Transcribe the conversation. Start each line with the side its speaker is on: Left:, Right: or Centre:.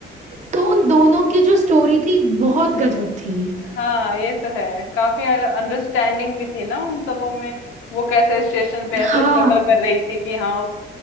Right: तो उन दोनों की जो स्टोरी थी बहुत गजब थी
Left: हाँ ये तो है काफी अंडरस्टैंडिंग भी थी ना उन सबों में वो कैसे स्टेशन पे ऐसे
Right: हाँ
Left: स्ट्रगल कर रही थी कि हाँ